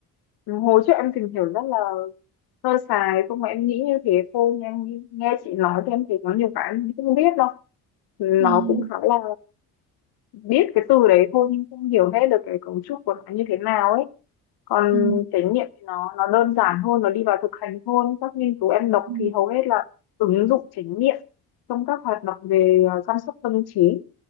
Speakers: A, on the left (about 75°); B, on the right (about 75°).
A: hồi trước em tìm hiểu rất là sơ sài không mà em nghĩ như thế thôi nhưng em nghe nghe chị nói thì em thấy có nhiều cái em không biết đâu nó
B: ừ
A: cũng khá là biết cái từ đấy thôi nhưng không hiểu hết được cái cấu trúc của nó như thế nào ấy còn
B: ừ
A: trải nghiệm thì nó nó đơn giản hơn nó đi vào thực hành hơn các nghiên cứu em đọc
B: ừ
A: thì hầu hết là ứng dụng trải nghiệm trong các hoạt động về ờ, chăm sóc tâm trí